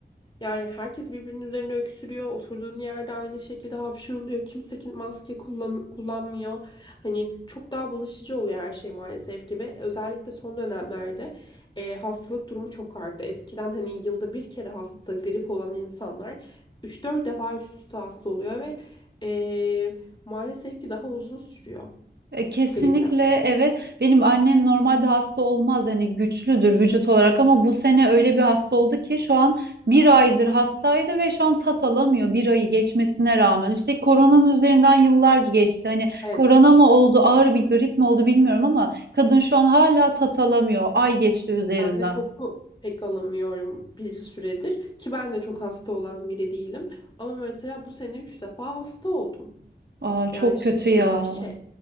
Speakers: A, on the left; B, on the right.
A: Yani herkes birbirinin üzerine öksürüyor. Oturduğun yerde aynı şekilde hapşırılıyor. Kimse ki- maske kullan kullanmıyor. Hani çok daha bulaşıcı oluyor her şey maalesef ki ve özellikle son dönemlerde e, hastalık durumu çok arttı. Eskiden hani yılda bir kere hasta grip olan insanlar 3-4 defa üst üste hasta oluyor ve e, maalesef ki daha uzun sürüyor
B: E, Kesinlikle
A: kliplerde.
B: evet. Benim annem normalde hasta olmaz hani güçlüdür vücut olarak ama bu sene öyle bir hasta oldu ki şu an bir aydır hastaydı ve şu an tat alamıyor bir ayı geçmesine rağmen. Üstelik koronanın üzerinden yıllar geçti. Hani
A: Evet,
B: korona mı oldu ağır bir grip mi oldu bilmiyorum ama kadın şu an hala tat alamıyor. Ay geçti üzerinden.
A: ben de koku pek alamıyorum bir süredir ki ben de çok hasta olan biri değilim. Ama mesela bu sene üç defa hasta oldum.
B: Aa, çok
A: Yani şaka
B: kötü
A: gibi
B: ya.
A: bir şey.